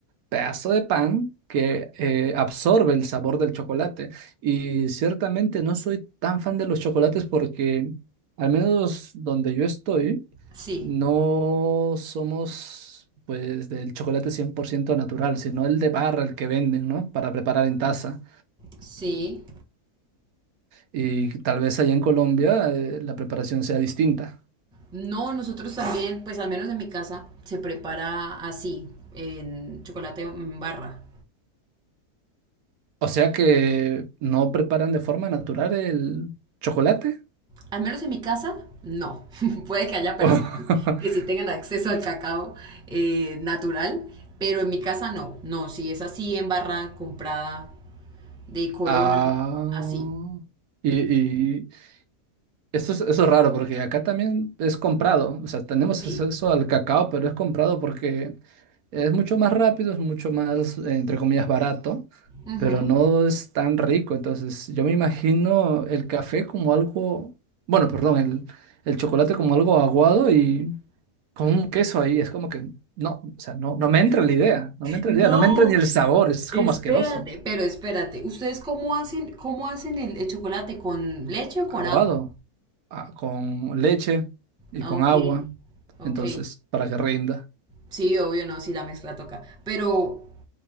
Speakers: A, on the right; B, in the centre.
A: pedazo de pan que eh, absorbe el sabor del chocolate. Y ciertamente no soy tan fan de los chocolates porque, al menos donde yo estoy,
B: sí,
A: no somos pues del chocolate 100% natural, sino el de barra, el que venden, ¿no? Para preparar en taza.
B: sí.
A: Y tal vez allá en Colombia eh, la preparación sea distinta.
B: No, nosotros también, pues al menos en mi casa, se prepara así, en chocolate en barra.
A: O sea que no preparan de forma natural el chocolate.
B: Al menos en mi casa, no. <laughs> Puede que haya personas
A: <laughs>
B: que sí tengan acceso al cacao eh, natural, pero en mi casa no. No, si es así en barra comprada de Corona,
A: Ah,
B: así.
A: y, y eso es, eso es raro porque acá también es comprado, o sea, tenemos
B: Sí.
A: acceso al cacao, pero es comprado porque es mucho más rápido, es mucho más, eh, entre comillas, barato,
B: Ujú.
A: pero no es tan rico. Entonces, yo me imagino el café como algo, bueno, perdón, el, el chocolate como algo aguado y con un queso ahí, es como que no, o sea, no, no me entra la idea, no me entra
B: No,
A: la idea, no me entra ni el sabor, es
B: espérate,
A: como asqueroso.
B: pero espérate. ¿Ustedes cómo hacen, cómo hacen el, el chocolate? ¿Con leche o con
A: aguado,
B: agua?
A: ah, con leche y
B: Ah,
A: con
B: Ok,
A: agua,
B: ok.
A: entonces, para que rinda.
B: Sí, obvio, no, sí la mezcla toca. Pero